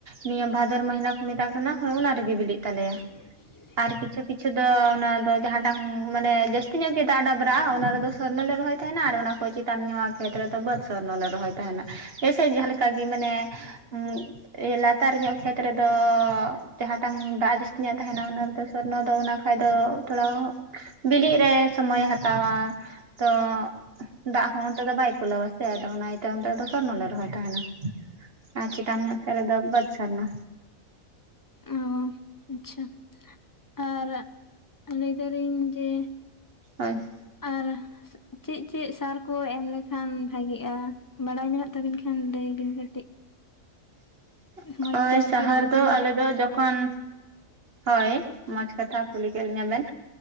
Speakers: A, on the right; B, on the left.
A: ᱱᱤᱭᱟᱹ ᱵᱷᱟᱫᱚᱨ ᱢᱟᱹᱦᱤᱱᱟᱹ ᱠᱚ ᱢᱮᱛᱟᱜ ᱠᱟᱱᱟ ᱦᱳᱭ ᱚᱱᱟ ᱨᱮᱜᱮ ᱵᱤᱞᱤᱜ ᱛᱟᱞᱮᱭᱟ᱾
B: <inaudible>
A: ᱟᱨ ᱠᱤᱪᱷᱩ ᱠᱤᱪᱷᱩ ᱫᱚ ᱚᱱᱟ ᱫᱚ ᱡᱟᱦᱟᱸᱴᱟᱝ ᱢᱟᱱᱮ ᱡᱟᱹᱥᱛᱤ ᱧᱚᱜ ᱜᱮ ᱫᱟᱜ ᱰᱟᱵᱨᱟᱜ-ᱟ ᱚᱱᱟ ᱨᱮᱫᱚ ᱥᱚᱨᱱᱚ ᱞᱮ ᱨᱚᱦᱚᱭ ᱛᱟᱦᱮᱱᱟ ᱟᱨ ᱚᱱᱟ ᱠᱚᱭ ᱪᱮᱛᱟᱱ ᱠᱷᱮᱛ ᱨᱮᱫᱚ ᱵᱟᱹᱫᱽ ᱥᱚᱨᱱᱚ ᱞᱮ ᱨᱚᱦᱚᱭ ᱛᱟᱦᱮᱱᱟ᱾ ᱡᱮᱭᱥᱮ ᱡᱟᱦᱟᱸ ᱞᱮᱠᱟ ᱜᱮ ᱢᱟᱱᱮ ᱩᱸ ᱞᱟᱛᱟᱨ ᱧᱚᱜ ᱠᱷᱮᱛ ᱨᱮᱫᱚ ᱡᱟᱦᱟᱸᱴᱟᱝ ᱫᱟᱜ ᱡᱟᱹᱥᱛᱤ ᱧᱚᱜ ᱛᱟᱦᱮᱱᱟ ᱚᱱᱟ ᱨᱮᱫᱚ ᱥᱚᱨᱱᱚ ᱫᱚ ᱚᱱᱟ <unintelligible> ᱫᱚ ᱛᱷᱚᱲᱟ ᱵᱤᱞᱤᱜ ᱨᱮ ᱥᱚᱢᱚᱭᱮ ᱦᱟᱛᱟᱣᱟ᱾ ᱛᱚ, ᱫᱟᱜ ᱦᱚᱸ ᱚᱱᱛᱮ ᱫᱚ ᱵᱟᱭ ᱠᱩᱞᱟᱹᱣᱟ ᱥᱮ ᱟᱫᱚ ᱚᱱᱟ ᱤᱭᱟᱹᱛᱮ ᱚᱱᱛᱮ ᱫᱚ ᱥᱚᱨᱱᱚ ᱞᱮ ᱨᱚᱦᱚᱭ ᱛᱟᱦᱮᱱᱟ᱾ ᱟᱨ ᱪᱮᱛᱟᱱ ᱧᱚᱜ ᱥᱮᱫ ᱨᱮᱫᱚ ᱵᱟᱹᱫᱽ ᱥᱚᱨᱱᱚ᱾
B: ᱚ ᱟᱪᱪᱷᱟ ᱟᱨ ᱞᱟᱹᱭ ᱮᱫᱟᱞᱤᱧ ᱡᱮ
A: ᱦᱳᱭ ᱾
B: ᱟᱨ ᱪᱮᱫ ᱪᱮᱫ ᱥᱟᱨ ᱠᱚ ᱮᱢ ᱞᱮᱠᱷᱟᱱ ᱵᱷᱟᱜᱤᱜ-ᱟ, ᱵᱟᱲᱟᱭ ᱢᱮᱱᱟᱜ ᱛᱟᱵᱤᱱ ᱠᱷᱟᱱ ᱞᱟᱹᱭ ᱵᱤᱱ ᱠᱟᱹᱴᱤᱡ᱾
A: <inaudible>
B: ᱢᱚᱡᱽ
A: ᱦᱳᱭ
B: ᱛᱮ ᱟᱨᱠᱤ
A: ᱥᱟᱦᱟᱨ
B: ᱦᱩᱲᱩ
A: ᱫᱚ
B: ᱠᱚ ᱦᱩᱭᱩᱜ
A: ᱟᱞᱮ ᱫᱚ ᱡᱚᱠᱷᱚᱱ ᱦᱳᱭ ᱢᱚᱸᱡᱽ ᱠᱟᱛᱷᱟ ᱠᱩᱞᱤ ᱠᱮᱫ ᱞᱤᱧᱟ ᱵᱮᱱ,